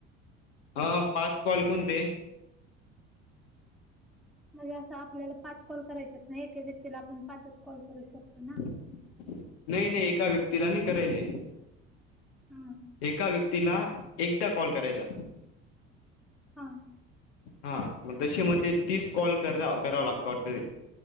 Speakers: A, on the left; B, in the centre.
A: हा पाच कॉल कोणते
B: म्हणजे असं आपल्याला पाच कॉल करायचे ना एका व्यक्तीला आपण पाच कॉल करू शकतोय ना
A: नाही नाही एका व्यक्तीला नाही करायचे
B: हम्म
A: एका व्यक्तीला एकदा कॉल करायचा
B: हां
A: हा मग तशी मग ते तीस कॉल करा कराव लागत वाटत ते.